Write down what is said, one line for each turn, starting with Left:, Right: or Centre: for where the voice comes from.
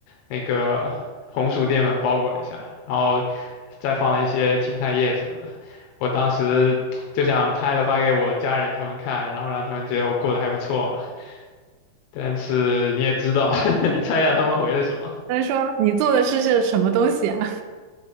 Left: 那个红薯淀粉包裹一下，然后再放了一些青菜叶什么的。我当时就想拍了发给我家人他们看，然后让他们觉得我过得还不错嘛。但是你也知道，<laughs> 你猜一下他们回了什么？
Right: <laughs> 他说你做的事是什么东西啊？